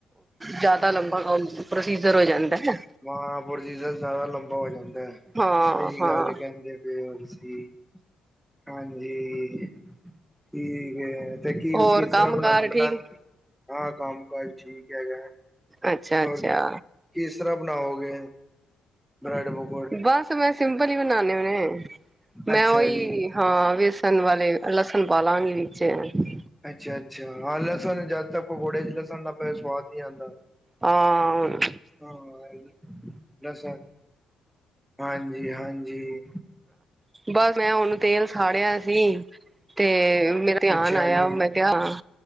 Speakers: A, on the right; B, in the centre.
A: ਜਿਆਦਾ ਲੰਬਾ ਕੰਮ ਪ੍ਰੋਸੀਜਰ ਹੋ ਜਾਂਦਾ ਹੈ।
B: ਹਾਂ ਪ੍ਰੋਸੀਜਰ ਜ਼ਿਆਦਾ ਲੰਬਾ ਹੋ ਜਾਂਦਾ ਹੈ,
A: ਹਾਂ
B: ਸਹੀ
A: ਹਾਂ
B: ਗੱਲ ਕਹਿੰਦੇ ਹੋ। ਪਏ ੳ ਤੁਸੀਂ ਸੀ ਹਾਂਜੀ ਠੀਕ ਹੈ। ਕੀ
A: ਹੋਰ
B: ਕਿਸ
A: ਕੰਮ
B: ਤਰ੍ਹਾਂ ਬਣਾ-ਬਣਾ।
A: ਕਾਰ ਠੀਕ
B: ਹਾਂ ਕੰਮ ਕਾਜ ਠੀਕ ਹੈਗਾ।
A: ਅੱਛਾ-ਅੱਛਾ।
B: ਹੋਰ ਕਿਸ ਤਰ੍ਹਾਂ ਬਣਾਓਗੇ ਬ੍ਰੈਡ ਪਕੋ
A: ਬਸ ਮੈਂ ਸਿੰਪਲ ਹੀ ਬਨਾਨੇ ਹੋਨੇ, ਮੈਂ
B: ਅੱਛਾ
A: ਉਹੀ
B: ਜੀ
A: ਹਾਂ ਬੇਸਣ ਵਾਲੇ, ਲਸਣ ਪਾਲਾੱਗੀ ਲੀਚੇ ਹੈ।
B: ਅੱਛਾ-ਅੱਛਾ ਹਾ ਲਸਣ ਜਾਦਾ ਤੱਕ ਕੋਈ ਘੋੜੇ ਚ ਲਸਣ ਦਾ ਪ ਸਵਾਦ ਨਹੀਂ ਆਉਂਦਾ।
A: ਆਾਂਆਮ।
B: ਹਾਂ ਲਸਣ ਹਾਂਜੀ- ਹਾਂਜੀ।
A: ਬਸ ਮੈਂ ਹੁਨ ਤੇਲ ਸਾੜਿਆ ਸੀ। ਤੇ ਮੇਰਾ ਧਿਆਨ
B: ਅੱਛਾ
A: ਆਇਆ
B: ਜੀ
A: ਮੈਂ ਕਿਹਾ